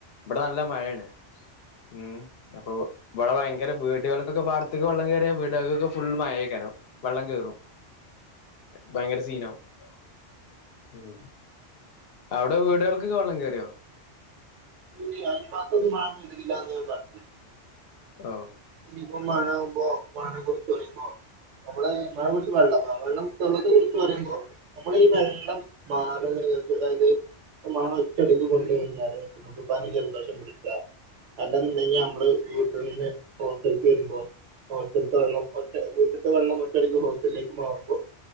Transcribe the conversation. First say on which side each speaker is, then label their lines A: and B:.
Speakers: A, on the left; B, on the right.
A: ഇവടെ നല്ല മഴേണ് ഉം അപ്പൊ ഇവടെ ഭയങ്കര വീടുകൾക്കൊക്കെ പാടത്തേക്ക് വെള്ളം കയറിയ വീടുകൾക്കൊക്കെ ഫുൾ മഴക്ക- വെള്ളം കേറും
B: ഉ
A: ഭയങ്കര സീനവും അവിടെ വീടുകൾക്ക് വെള്ളം കേയറിയോ
B: ഇ അന്മാക്കൊന്നും വഴ ഇതില്ലന്ന് ഞാൻ പറഞ്ഞില്ലേ
A: ഓ.
B: ഇപ്പൊ മഴ ആവുമ്പോ മഴെ കുറിച്ച് പറയുമ്പോ. നമ്മള മഴ കുടിച്ച് വെള്ളം വെള്ളം വെള്ളത്തെ കുറിച്ച് പറയുമ്പോൾ നമ്മള് ഈ വെള്ളം <unintelligible> അതായത് മ <unintelligible> കൊണ്ടുകഴിഞ്ഞാല് ജലദോശം പിടിക്ക അല്ലെന്നുണ്ടെങ്കി നമ്മള് വീട്ടിൽ നിന്ന് പോറത്തിറക്കി വരുമ്പോ ഹോസ്റ്റലത്തെ വെള്ളം ഒറ്റ വീട്ടിലത്തെ വെള്ളം ഒറ്റടിക്ക് ഹോസ്റ്റലിലേക്ക് മാറുമ്പോൾ